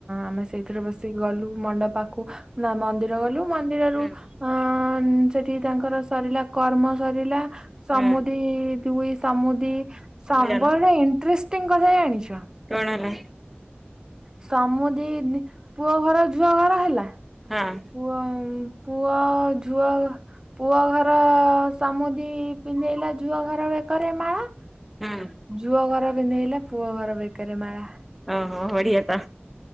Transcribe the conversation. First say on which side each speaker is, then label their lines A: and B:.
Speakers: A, on the right; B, in the centre.
A: ଆମେ ସେଇଥିରେ ବସିକି ଗଲୁ ମଣ୍ଡ ପାଖକୁ। ନା ମନ୍ଦିର ଗଲୁ ମନ୍ଦିରରୁ
B: ହୁଁ
A: ଅ ସେଠି ତାଙ୍କର ସରିଲା କର୍ମ ସରିଲା। ସମୁଦି
B: ହୁଁ
A: ଦୁଇ ସମୁଦି ସମ୍ବର
B: ମିଳନ ହେଲା
A: ଇଣ୍ଟରେଷ୍ଟିଂ କଥା ଜାଣିଛ?
B: କଣ ହେଲା?
A: ସମୁଦି ପୁଅ ଘର ଝୁଅ ଘର ହେଲା।
B: ହଁ।
A: ପୁଅ ପୁଅ ଝୁଅ। ପୁଅ ଘର ସମାମୁଦି ପିନ୍ଧେଇଲା ଝୁଅ ଘର ବେକରେ ମାଳା।
B: ହଁ
A: ଝୁଅ ଘର ବିନ୍ଧେଇଲା ପୁଅ ଘର ବେକରେ ମାଳା।
B: ଓହୋ ବଢିଆ ତ